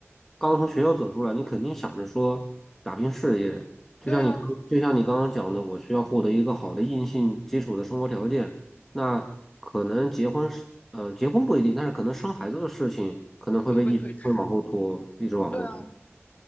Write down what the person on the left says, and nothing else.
对啊，
就被推迟。
对啊，